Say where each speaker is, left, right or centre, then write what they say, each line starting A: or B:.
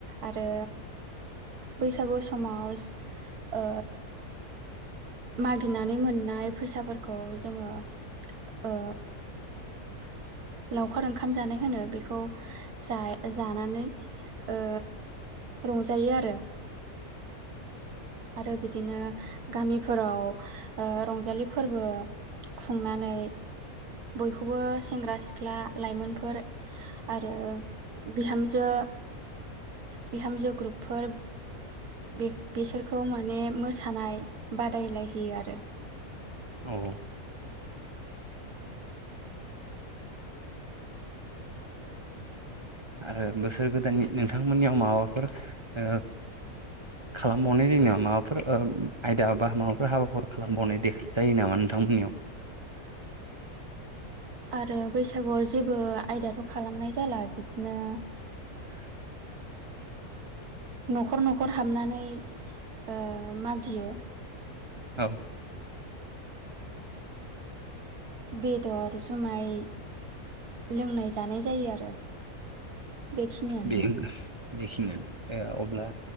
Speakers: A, on the right; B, on the right.
A: आरो बैसागु समाज ओ मागिनानै मोननाय फैसाफोरखौ जोङो ओ
B: <inaudible>
A: लावखार ओंखाम जानाय होनो बेखौ जा जानानै ओ रंजायो आरो। आरो बिदिनो गामिफोराव ओ रंजालि फोरबो खुंनानै बयखौबो सेंग्रा सिख्ला लाइमोनफोर आरो बिहामजो बिहामजो ग्रुपफोर बे बेसोर खौ माने मोसानाय बादायलायहोयो आरो।
B: औ आरो बोसोर गोदाननि नोंथांमोननियाव माबाफोर ओ खालामबावनाय जायो नामा माबाफोर ओ आयदा बा माबाफोर हाबाफोर खालामबावनाय दे जायो नामा नोंथांमोननियाव? <inaudible>
A: आरो बैसागुआव जेबो आयदाथ' खालामनाय जाला बिदिनो
B: <inaudible>
A: न'खर न'खर हाबनानै ओ मागियो
B: औ
A: बेदर जुमाय लोंनाय जानाय जायो आरो बेखिनियानोमोन
B: बे बेखिनियानो अब्ला